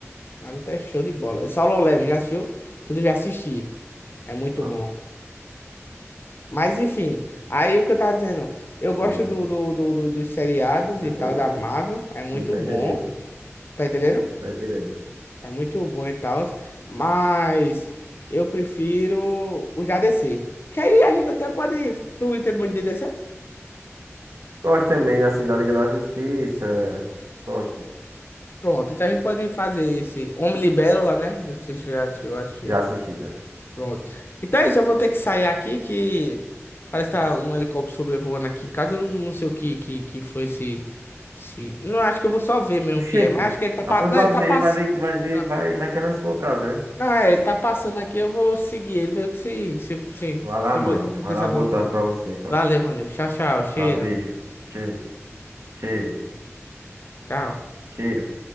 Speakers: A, on the left; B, on the right.
A: Naruto é show de bola. Solo Leveling, já assistiu? Tu devia assistir. É muito
B: Ah,
A: bom. Mas enfim, aí o que eu tava dizendo, eu
B: sim,
A: gosto
B: sim.
A: do, do,
B: Com
A: do- do- dos seriados
B: certeza.
A: e tal da Marvel, é muito
B: Sim, tô
A: bom,
B: entendendo.
A: tá entendendo?
B: Tô entendendo.
A: É muito bom e tal, mas eu prefiro os da DC. Que aí a gente até pode. Tu entende muito de DC?
B: Gosto também, assim, da Liga da Justiça. Gosto.
A: Pronto, então a gente pode fazer esse Homem Libélula, né? Eu Não sei se você já assistiu.
B: Já assisti também.
A: Pronto. Então é isso, eu vou ter que sair aqui que parece que tá um helicóptero sobrevoando aqui em casa. Eu não sei o que que, que foi esse, esse. Não, acho que eu vou só ver mesmo
B: Gente,
A: o que é, mas acho que ele tá pa-
B: ah, pois
A: Não,
B: vai
A: ele
B: ver,
A: tá passando.
B: vai ver, vai ver,
A: Não,
B: vai, vai que é na sua casa, né?
A: não, é, ele tá passando aqui, eu vou seguir ele, ver se, se, se,
B: Vai lá,
A: se,
B: mano.
A: ver- acontecer
B: Vai lá,
A: alguma
B: boa
A: coisa.
B: tarde pra você, cara.
A: Valeu, mano. Tchau, tchau. Cheiro.
B: Tchau, beijo. Cheiro, cheiro,
A: Tchau.
B: cheiro.